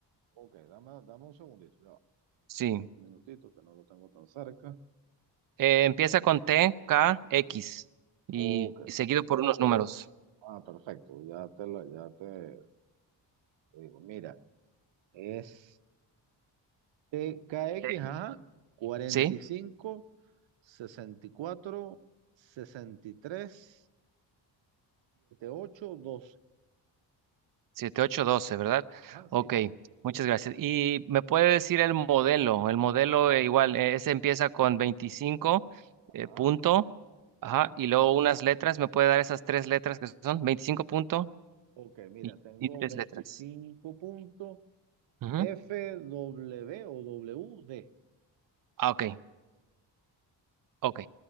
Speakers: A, on the right; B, on the right.
A: Ok, dame, dame un segundito. ya va.
B: sí.
A: Un minutito, que no lo tengo tan cerca.
B: Eh, empieza con T, K, X y,
A: Ok,
B: y seguido por unos números,
A: ah, perfecto, ya te, la- ya te, te digo, mira, es TKX,
B: ¿sí?
A: ajá, 45,
B: ¿Sí?
A: 64, 63, ocho doce
B: 7, 8 doce ¿verdad?
A: Ajá,
B: Ok,
A: sí,
B: muchas gracias. ¿Y me puede decir el modelo? El modelo eh, igual, eh, ese empieza con 25
A: ajá.
B: eh, punto, ajá,
A: mm.
B: y luego unas letras. ¿Me puede dar esas tres letras que son? veinticinco punto
A: Ok, mira,
B: y,
A: tengo
B: y tres
A: 25
B: letras.
A: puntos
B: Ujú.
A: F W o W D
B: Ah, ok, ok.